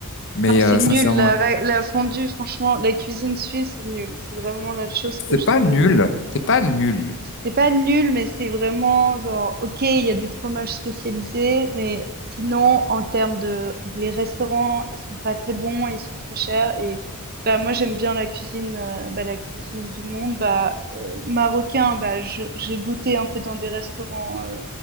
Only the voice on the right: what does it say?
Non, c'est
nul
la, la la fondue, franchement, la cuisine suisse, c'est nul. C'est vraiment la chose
que je
trouve
le
C'est pas nul, mais c'est vraiment genre, OK, il y a des fromages spécialisés, mais sinon, en termes de, les restaurants, ils sont pas très bons, et ils sont très chers et, bah, moi, j'aime bien la cuisine, euh, bah, la cuisine du monde, bah, euh, marocain, bah, je- j'ai goûté un peu dans des restaurants, euh,